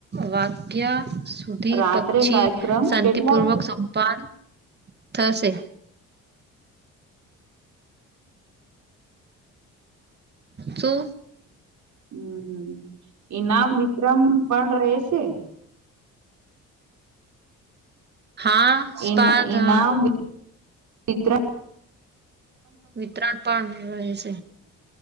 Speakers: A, on the right; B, on the right.
A: વાગ્યા સુધી
B: રાત્રે
A: પક્છી
B: કાર્યક્રમ
A: શાંતિપૂર્વક
B: કેટલા
A: સંપાન થશે. શું?
B: હમ્મ ઈનામ વિતરણ પણ રહે છે.
A: હા સ્પર્ધા
B: ઇના ઇનામ વી વીત્રણ
A: વિતરણ પણ રહે છે.